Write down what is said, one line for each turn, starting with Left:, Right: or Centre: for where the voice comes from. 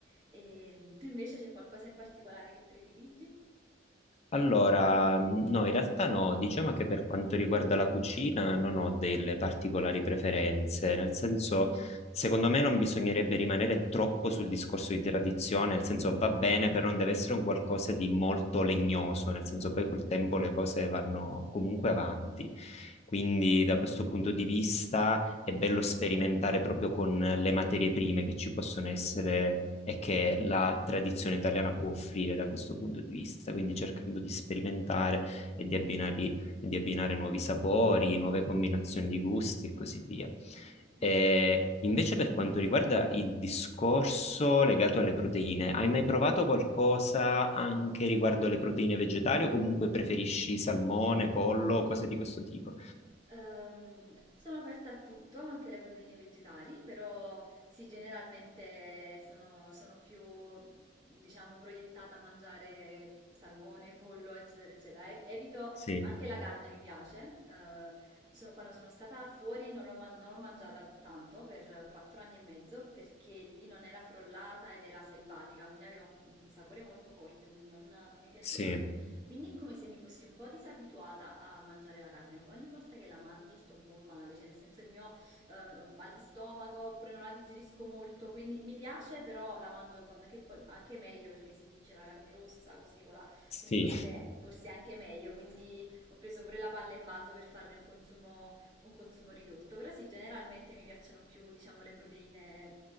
Right: E, tu invece c'è qualcosa in particolare che prediligi?
Left: Allora, no, in realtà no, diciamo che per quanto riguarda la cucina non ho delle particolari preferenze, nel senso, secondo me non bisognerebbe rimanere troppo sul discorso di tradizione, nel senso va bene, però non deve essere un qualcosa di molto legnoso, nel senso poi col tempo le cose vanno comunque avanti. Quindi da questo punto di vista è bello sperimentare proprio con le materie prime che ci possono essere e che la tradizione italiana può offrire da questo punto di vista, quindi cercando di sperimentare e di abbinare, e di abbinare nuovi sapori, nuove combinazioni di gusti e così via.
Right: Mhm.
Left: E invece per quanto riguarda il discorso legato alle proteine, hai mai provato qualcosa anche riguardo alle proteine vegetali o comunque preferisci salmone, pollo, cose di questo tipo?
Right: Ehm, sono aperta a tutto, anche alle proteine vegetali, però sì, generalmente sono, sono più, diciamo, proiettata a mangiare salmone, pollo, eccetera, eccetera. Ev- Evito
Left: Sì,
Right: anche la carne, mi piace. eh, sono- quando sono stata fuori non l'ho man- non l'ho mangiata tanto per quattro anni e mezzo perché lì non era frollata ed era selvatica, quindi aveva un, un sapore molto forte, quindi non non mi piaceva.
Left: sì,
Right: Quindi è come se mi fossi un po' disabituata a mangiare la carne. Ogni volta che la mangio sto un po' male, cioè nel senso il mio eh, mal di stomaco, oppure non la digerisco molto, quindi mi piace, però la mangio con, che poi anche meglio perché si dice la carne rossa, così, quella,
Left: sì,
Right: quindi forse, forse è anche meglio. Quindi ho preso pure la palla in balzo per farne un consumo, un consumo ridotto. Però sì, generalmente mi piacciono più, diciamo, le proteine